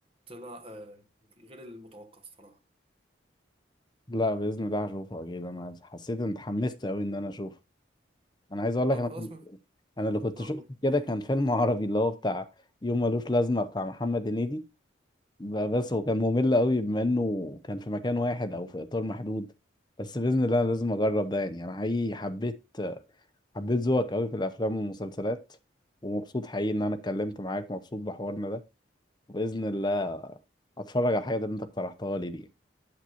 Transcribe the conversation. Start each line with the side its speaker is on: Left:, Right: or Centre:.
Right: طلع آه، غير المتوقع الصراحه
Left: لا بإذن الله هشوفه أكيد أنا حسيت إن اتحمست أوي إن أنا أشوفه أنا عايز أقول لك
Right: طب
Left: أنا
Right: خلاص
Left: كنت-
Right: ما
Left: أنا اللي كنت
Right: أقول
Left: شفته كده كان فيلم عربي اللي هو بتاع يوم ملوش لازمة بتاع محمد هنيدي ب- بس هو كان ممل أوي بما إنه كان في مكان واحد أو في إطار محدود بس بإذن الله أنا لازم أجرب ده يعني أنا حقيقي حبيت حبيت ذوقك قوي في الافلام والمسلسلات ومبسوط حقيقي ان انا اتكلمت معاك مبسوط بحوارنا ده وباذن الله هتفرج على الحاجات اللي انت اقترحتها لي دي